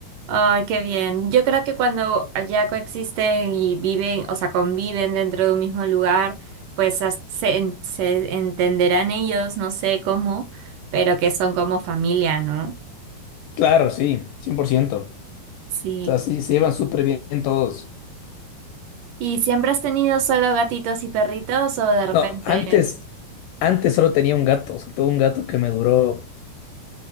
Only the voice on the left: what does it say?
claro, sí, cien por ciento
O sea, sí, se llevan súper bien todos.
No, antes, antes solo tenía un gato, o sea, tuve un gato que me duró